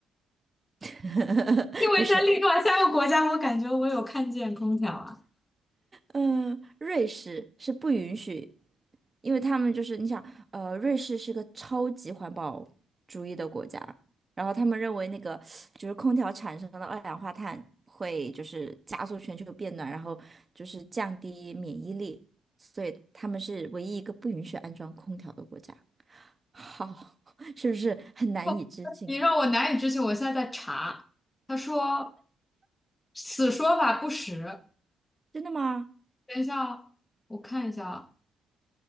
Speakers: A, on the right (about 30°); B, on the left (about 20°).
A: <laughs>
B: 因为在另外三个国家，
A: 不是。
B: 我感觉我有看见空调啊。
A: 嗯，瑞士是不允许，因为他们就是你想，呃，瑞士是个超级环保主义的国家，然后他们认为那个就是空调产生的二氧化碳会就是加速全球变暖，然后就是降低免疫力，所以他们是唯一一个不允许安装空调的国家。好，<laughs> 是不是很难以置信？
B: 不，你让我难以置信。我现在在查，他说此说法不实。
A: 真的吗？
B: 等一下哦，我看一下啊，